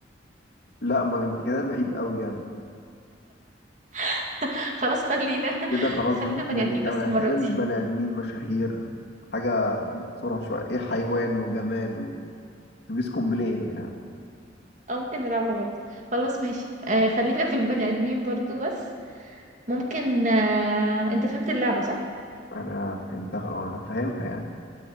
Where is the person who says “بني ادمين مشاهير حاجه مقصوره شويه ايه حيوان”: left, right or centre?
Left